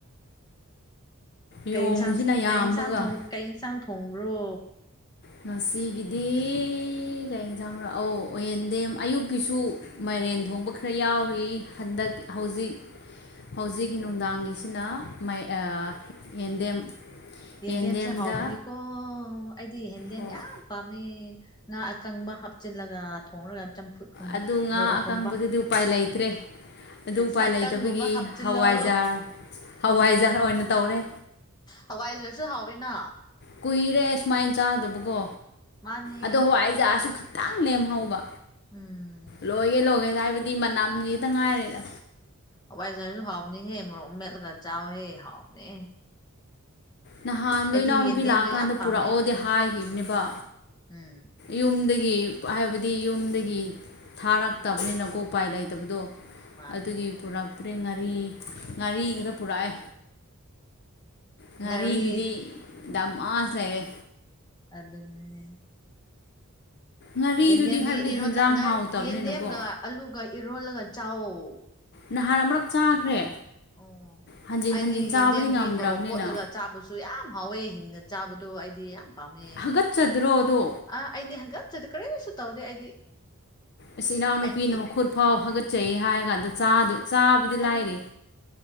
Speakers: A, on the left; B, on the left.
A: ꯅꯣꯡꯁꯤꯅ
B: ꯀꯩ ꯑꯦꯟꯁꯥꯡ
A: ꯌꯥꯝꯕꯒ
B: ꯀꯩ ꯑꯦꯟꯁꯥꯡ ꯊꯣꯡ ꯀꯩ ꯑꯦꯟꯁꯥꯡ ꯊꯣꯡꯕ꯭ꯔꯣ꯫
A: ꯉꯁꯤꯒꯤꯗꯤ ꯀꯩ ꯏꯟꯖꯥꯡꯔ ꯑꯣ ꯑꯣꯌꯦꯟꯗꯦꯝ ꯑꯌꯨꯛꯀꯤꯁꯨ꯫ ꯃꯥꯏꯔꯦꯟ ꯊꯣꯡꯕ ꯈꯔ ꯌꯥꯎꯔꯤ ꯍꯟꯗꯛ ꯍꯧꯖꯤꯛ꯫ ꯍꯧꯖꯤꯛꯀꯤ ꯅꯨꯡꯗꯥꯡꯒꯤꯁꯤꯅ ꯃꯥꯏ ꯑ ꯌꯦꯟꯗꯦꯝ꯫
B: ꯌꯦꯟꯗꯦꯝꯁꯦ
A: ꯌꯦꯟꯗꯦꯝꯗ
B: ꯍꯥꯎꯕꯅꯤꯀꯣ ꯑꯩꯗꯤ ꯍꯦꯟꯗꯦꯝ
A: ꯍꯣꯏ
B: ꯌꯥꯝ ꯄꯥꯝꯃꯦ꯫ ꯉꯥ ꯑꯀꯪꯕ ꯍꯥꯞꯆꯤꯜꯂꯒ ꯊꯣꯡꯔꯒ ꯆꯝ ꯐꯨꯠ ꯀꯨꯝꯕ
A: ꯑꯗꯨ ꯉꯥ
B: ꯃꯣꯔꯣꯛ
A: ꯑꯀꯪꯕꯗꯨꯗꯤ
B: ꯀꯨꯝꯕ꯫
A: ꯎꯄꯥꯏ ꯂꯩꯇ꯭ꯔꯦ ꯑꯗꯨ ꯎꯄꯥꯏ
B: ꯁꯥ
A: ꯂꯩꯇꯕꯒꯤ
B: ꯀꯪꯒꯨꯝꯕ ꯍꯥꯞꯆꯤꯜꯂꯣ꯫
A: ꯍꯋꯥꯏꯖꯥꯔ ꯍꯋꯥꯏꯖꯥꯔ ꯑꯣꯏꯅ ꯇꯧꯔꯦ
B: ꯍꯋꯥꯏꯖꯔꯁꯨ ꯍꯥꯎꯋꯤꯅ꯫
A: ꯀꯨꯏꯔꯦ ꯁꯨꯃꯥꯏꯅ ꯆꯥꯗꯕꯀꯣ
B: ꯃꯥꯅꯤ
A: ꯑꯗꯣ ꯍꯋꯥꯏꯖꯥꯔꯁꯨ ꯈꯤꯠ ꯇꯪ ꯂꯦꯝꯍꯧꯕ
B: ꯎꯝ
A: ꯂꯣꯏꯒꯦ ꯂꯣꯏꯒꯦ ꯍꯥꯏꯕꯗꯤ ꯃꯅꯝꯒꯤꯇꯪ ꯉꯥꯏꯔꯦꯗ꯫
B: ꯍꯋꯥꯏꯖꯥꯔꯖꯨ ꯍꯥꯎꯕꯅꯦꯍꯦ ꯃꯣꯔꯣꯛ ꯃꯦꯠꯂꯒ ꯆꯥꯎꯍꯦ ꯍꯥꯎꯕꯅꯦ꯫
A: ꯅꯍꯥꯟꯗꯣ
B: ꯑꯩꯗꯤ
A: ꯏꯅꯥꯎ ꯅꯨꯄꯤ
B: ꯌꯦꯟꯗꯦꯝꯗꯣ
A: ꯂꯥꯛꯑꯀꯥꯟꯗ
B: ꯌꯥꯝ ꯄꯥꯝꯃꯦ
A: ꯄꯨꯔꯛꯑꯣꯗꯤ ꯍꯥꯏꯒꯤꯕꯅꯦꯕ꯫
B: ꯎꯝ꯫
A: ꯌꯨꯝꯗꯒꯤ ꯍꯥꯏꯕꯗꯤ ꯌꯨꯝꯗꯒꯤ ꯊꯥꯔꯛꯇꯕꯅꯤꯅꯀꯣ ꯎꯄꯥꯏ ꯂꯩꯇꯕꯗꯣ꯫
B: ꯃꯥꯅꯦ
A: ꯑꯗꯨꯒꯤ ꯄꯨꯔꯛꯇ꯭ꯔꯦ ꯉꯥꯔꯤ ꯉꯥꯔꯤꯈꯛꯇ ꯄꯨꯔꯛꯑꯦ꯫ ꯉꯥꯔꯤꯗꯨꯗꯤ
B: ꯉꯥꯔꯤ
A: ꯗꯥꯝ ꯃꯥꯥꯁ ꯂꯩꯔꯦ꯫
B: ꯑꯗꯨꯟꯅꯦ꯫
A: ꯉꯥꯔꯤꯗꯨꯗꯤ
B: ꯌꯦꯟꯗꯦꯝꯗꯤ
A: ꯍꯥꯏꯕꯗꯤ
B: ꯏꯔꯣꯟ
A: ꯍꯦꯟꯖꯥꯡ
B: ꯉꯠ
A: ꯍꯥꯎꯇꯕꯅꯤꯅꯀꯣ
B: ꯌꯦꯟꯗꯦꯝꯒ ꯑꯂꯨꯒ ꯏꯔꯣꯜꯂꯒ ꯆꯥꯎꯋꯣ꯫
A: ꯅꯍꯥꯟ ꯑꯃꯔꯛ ꯆꯥꯈ꯭ꯔꯦ꯫
B: ꯑꯣ
A: ꯍꯟꯖꯤꯟ
B: ꯑꯩꯗꯤ
A: ꯍꯟꯖꯤꯟ ꯆꯥꯕꯗꯤ
B: ꯌꯦꯟꯗꯦꯝꯗꯤ
A: ꯉꯝꯗ꯭ꯔꯕꯅꯤꯅ
B: ꯃꯣꯔꯣꯛ ꯀꯣꯠꯂꯒ ꯆꯥꯕ ꯁꯨ ꯌꯥꯝ ꯍꯥꯎꯋꯦ ꯍꯤꯡꯅ ꯆꯥꯕꯗꯣ ꯑꯩꯗꯤ ꯌꯥꯝ ꯄꯥꯝꯃꯦ꯫
A: ꯍꯥꯒꯠꯆꯗ꯭ꯔꯣ ꯑꯗꯣ
B: ꯑ ꯑꯩꯗꯤ ꯍꯪꯒꯠꯆꯗꯦ ꯀꯔꯤꯁꯨ ꯇꯧꯗꯦ ꯑꯩꯗꯤ꯫
A: ꯑꯁ ꯏꯅꯥꯎꯅꯨꯄꯤꯅ
B: ꯑꯩꯗꯤ
A: ꯃꯈꯨꯠ ꯐꯥꯎ ꯍꯒꯠꯆꯩ ꯍꯥꯏꯔ ꯀꯥꯟꯗ ꯆꯥꯗ ꯆꯥꯕꯗꯤ
B: ꯑ
A: ꯂꯥꯏꯔꯤ